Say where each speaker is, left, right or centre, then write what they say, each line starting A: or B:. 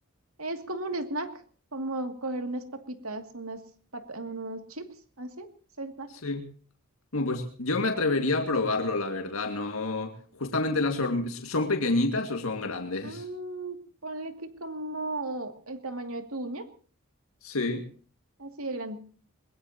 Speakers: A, on the right (about 80°); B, on the left (about 75°).
A: Es como un snack, como coger unas papitas, unas pat- unos chips, así, es snack.
B: Sí. Bueno, pues yo me atrevería a probarlo, la verdad, no. Justamente las horm- ¿Son pequeñitas o son grandes?
A: Mm, ponle que como el tamaño de tu uña,
B: Sí.
A: así de grande.